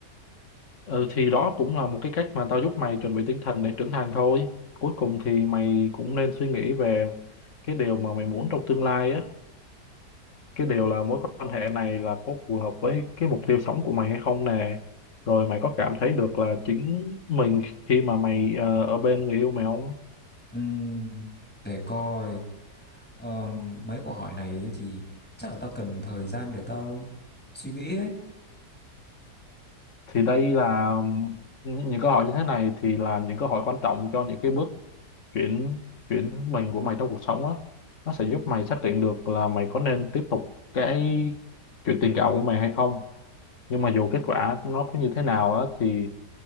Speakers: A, on the left; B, in the centre.
A: ừ, thì đó cũng là một cái cách mà tao giúp mày chuẩn bị tinh thần để trưởng thành thôi cuối cùng thì mày cũng nên suy nghĩ về cái điều mà mày muốn trong tương lai á cái điều là mối quan hệ này là có phù hợp với cái mục tiêu sống của mày hay không nè rồi mày có cảm thấy được là chính mình khi mà mày ờ, ở bên người yêu mày không
B: Ừm, để coi um, mấy câu hỏi này thì chắc là tao cần thời gian để tao suy nghĩ ấy.
A: thì đây là những những câu hỏi như thế này thì là những câu hỏi quan trọng cho những cái bước chuyển chuyển mình của mày trong cuộc sống á nó sẽ giúp mày xác định được là mày có nên tiếp tục cái chuyện tình cảm của mày hay không nhưng mà dù kết quả nó có như thế nào á thì